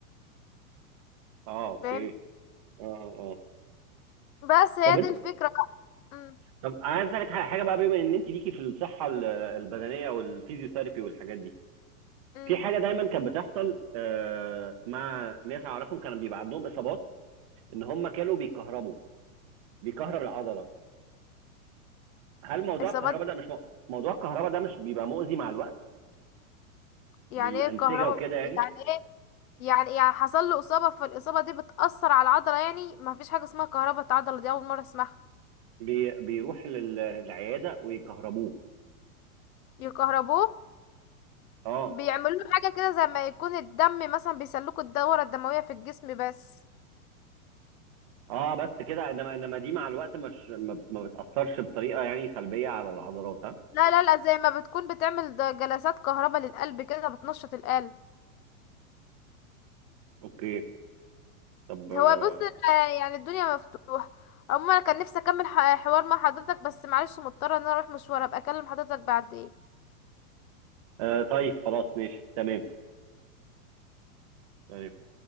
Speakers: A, on the right; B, on the left.
A: اه اوكي
B: فاهم
A: اه اه آه.
B: بس هي
A: طب انت
B: دي الفكرة بقى امم
A: طب عايز اسالك على حاجه بقى بما ان انت ليكي في الصحه ال- البدنيه والفيزيوثيرابي والحاجات دي
B: امم
A: في حاجه دايما كانت بتحصل آه، مع ناس اعرفهم كانوا بيبقى عندهم اصابات ان هم كانوا بيكهربوا بيكهرب العضله هل موضوع
B: اصابات
A: الكهرباء ده مش م... موضوع الكهرباء ده مش بيبقى مؤذي مع الوقت
B: يعني
A: للانسجه
B: ايه الكهرباء
A: وكده يعني
B: يعني ايه يعني يعني حصل له اصابة فالاصابة دي بتأثر على العضلة يعني ما فيش حاجة اسمها كهرباء العضلة دي اول مرة اسمعها
A: بي... بيروح لل- للعياده ويكهربوه
B: يكهربوه
A: اه
B: بيعملوا له حاجة كده زي ما يكون الدم مثلا بيسلكوا الدورة الدموية في الجسم بس
A: اه بس كده انما انما دي مع الوقت مش ما ما بتاثرش بطريقه يعني سلبيه على العضلات ها
B: لا لا لا زي ما بتكون بتعمل د- جلسات كهرباء للقلب كده بتنشط القلب
A: اوكي طب آه،
B: هو بص آه، يعني الدنيا مفتوحة عموما انا كان نفسي اكمل ح- حوار مع حضرتك بس معلش مضطرة ان انا اروح مشوار ابقى اكلم حضرتك بعدين
A: آه طيب خلاص ماشي تمام تمام